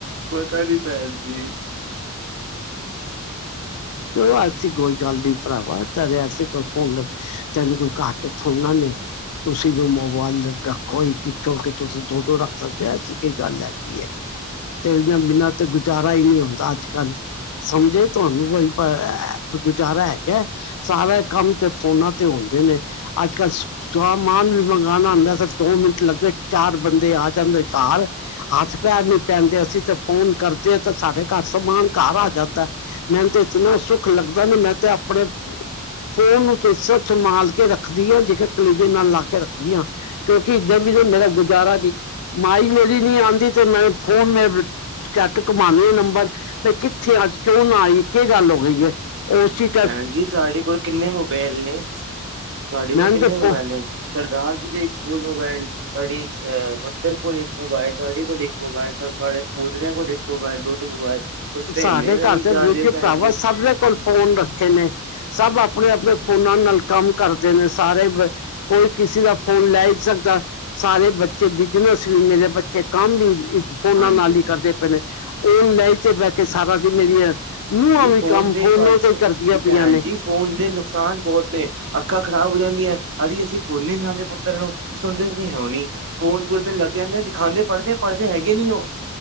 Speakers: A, on the right (about 55°); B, on the left (about 85°).
A: ਪਤਾ ਨੀ ਭੈਣ ਜੀ,
B: ਕੇ ਆਸੀ ਕੋਈ ਗੱਲ ਨੀ ਭਰਾਵਾ ਤੇਰੇ ਆਸੀ ਕੋਈ ਫੋਨ, ਤੈਨੂੰ ਕੋਈ ਘੱਟ ਥੋੜੀ ਨਾ ਨੇ। ਤੁਸੀਂ ਵੀ ਮੋਬਾਈਲ ਰੱਖੋ ਇਕ- ਇਕ ਛੋਡ ਕੇ ਤੁਸੀਂ ਦੋ- ਦੋ ਰੱਖ ਸਕਦੇ ਹੋ ਐਸੀ ਕੀ ਗੱਲ ਹੈਗੀ ਐਂ। ਤੇ ਇਹਨਾਂ ਬੀਨਾ ਤੇ ਗੁਜ਼ਾਰਾ ਹੀ ਨਈ ਹੁੰਂਦਾ ਅੱਜ ਕੱਲ ਸਮਝੇ ਤੁਹਾਨੂੰ ਬਾਈ, ਪਰ ਐ ਗੁਜ਼ਾਰਾ ਹੈਗਾ ਸਾਰਾ ਕੰਮ ਤੇ ਫੋਨਾਂ ਤੇ ਹੁੰਦੇ ਨੇ। ਅੱਜ ਕੱਲ ਸਾਮਾਨ ਵੀ ਮੰਗਵਾਉਣਾ ਹੁੰਦਾ ਸਿਰਫ ਦੋ ਮਿੰਟ ਲੱਗਦੇ ਚਾਰ ਬੰਦੇ ਆ ਜਾਂਦੇ ਘਰ। ਹੱਥ ਪੈਰ ਨੀ ਪੈਂਦੇ ਅਸੀਂ ਤੇ ਫੋਨ ਕਰਦੇ ਹ ਤੇ ਸਾਡੇ ਘਰ ਸਮਾਨ ਘਰ ਆ ਜਾਂਦਾ। ਮੈਨੂੰ ਤੇ ਇਤਨਾ ਸੁੱਖ ਲੱਗਦਾ ਨਾ, ਮੈਂ ਤੇ ਆਪਣੇ- ਫੋਨ ਨੂੰ ਤੇ ਇਸ ਸੰਭਾਲ ਕੇ ਰੱਖਦੀ ਆ ਜੇਕਰ ਕਲੇਜੇ ਨਾਲ ਲਾ ਕੇ ਰੱਖਦੀ ਆ। ਕਿਉਂਕਿ ਇੱਧਰ ਵੀ ਮੇਰਾ ਗੁਜ਼ਾਰਾ ਨਹੀਂ ਮਾਈ ਮੇਰੀ ਨੀ ਆਉਂਦੀ ਤੇ ਮੈਂ ਫੋਨ ਮੇ, ਕੈਟ ਕਮਾਨ ਨੰਬਰ ਬੀ ਕਿੱਥੇ ਅੱਜ ਕਿਉਂ ਨਾ ਆਈ ਕਿ ਗੱਲ ਹੋ ਗਈ ਐ, ਉਹ ਸੀ-
A: ਭੈਣ ਜੀ ਤੁਹਾਡੇ ਕੋਲ ਕਿੰਨੇ ਮੋਬਾਇਲ ਨੇ, ਤੁਹਾਡੇ ਕੋਲ
B: ਮੈਂ
A: ਕਿੰਨੇ
B: ਤਾਂ
A: ਮੋਬਾਇਲ
B: ਫੋ-
A: ਨੇ। ਸਰਦਾਰ ਜੀ ਦੇ ਇੱਕ ਕੋਲ ਮੋਬਾਇਲ ਤੁਹਾਡੀੇ ਅਹ ਮੱਤਰ ਕੋਲ ਇੱਕ ਮੋਬਾਇਲ ਤੁਹਾਡੇ ਕੋਲ ਇੱਕ ਮੋਬਾਇਲ ਸ ਤੁਹਾਡੇ ਖੂਦ ਦੇ ਕੋਲ ਇਕ ਮੋਬਾਇਲ ਦੋ- ਦੋ ਮੋਬਾਇਲ ਤਾਂ
B: ਸਾਡੇ
A: ਇੰਨੇ ਰਹੀ
B: ਘਰ
A: ਜਾ
B: ਤੇ ਵੇਖ
A: ਰਹੇ ਹੋ
B: ਕੇ
A: ਭੈਣ
B: ਭਰਾਵਾ
A: ਜੀ
B: ਸਭ ਦੇ ਕੋਲ ਫੋਨ ਰੱਖੇ ਨੇ ਸਭ ਆਪਣੇ- ਆਪਣੇ ਫੋਨਾਂ ਨਾਲ ਕੰਮ ਕਰਦੇ ਨੇ ਸਾਰੇ- ਕੋਈ ਕਿਸੇ ਦਾ ਫੋਨ ਲੈ ਨੀ ਸਕਦਾ। ਸਾਰੇ ਬੱਚੇ ਬਿਜਨਸ ਵੀ, ਮੇਰੇ ਬੱਚੇ ਕੰਮ ਵੀ, ਫੋਨਾਂ
A: ਹਾਂਜੀ
B: ਨਾਲ ਹੀ ਕਰਦੇ ਪਏ ਨੇ, ਉਹ ਲੈ ਤੇ ਬਹਿ ਕੇ ਸਾਰਾ ਦੀ ਮੇਰੀਆਂ, ਨੂੰਹਾਂ
A: ਜੀ
B: ਵੀ
A: ਫੋਨ
B: ਕੰਮ
A: ਦੇ
B: ਫੋਨਾਂ
A: ਤੁਹਾਡੇ
B: ਤੇ ਹੀ ਕਰਦੀਆਂ
A: ਜੀ ਭੈਣ
B: ਪਈਆਂ ਨੇ।
A: ਜੀ ਫੋਨ ਦੇ ਨੁਕਸਾਨ ਬੋਤ ਨੇ ਅੱਖਾਂ ਖ਼ਰਾਬ ਹੋ ਜਾਂਦੀਆਂ ਅਦੀ ਅਸੀਂ ਮੂਲ ਈ ਜਾਂਦੇ ਪੁੱਤਰ ਨੂੰ। ਸੁਣਦੇ ਨ ਹੈ ਨੀ ਹੋਲੀ ਫੋਨ ਪੂਰੇ ਦਿਨ ਲੱਗ ਜਾਂਦੇ ਦਿਖਾਦੇ ਪੜਦੇ -ਪੜਦੇ ਹੈਗੇ ਨੀ ਉਹ।